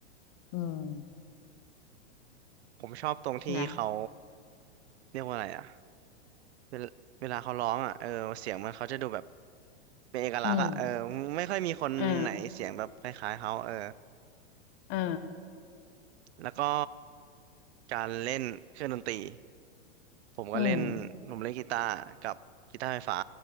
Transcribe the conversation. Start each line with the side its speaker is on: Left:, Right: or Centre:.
Left: อืม
Right: ผมชอบตรงที่เขา
Left: นะ
Right: เรียกว่าอะไรอะเวลาเวลาเขาร้องอะเออเสียงมันเขาจะดูแบบเป็นเอกลักษณ์อะเออ
Left: อืม
Right: ไม่ค่อยมีคนไหนเสียงแบบคล้ายๆเขาเออ
Left: เอ่าอ่า
Right: แล้วก็การเล่นเครื่องดนตรีผมก็เล่นผมเล่นกีตาร์กับกีตาร์ไฟฟ้า
Left: อืม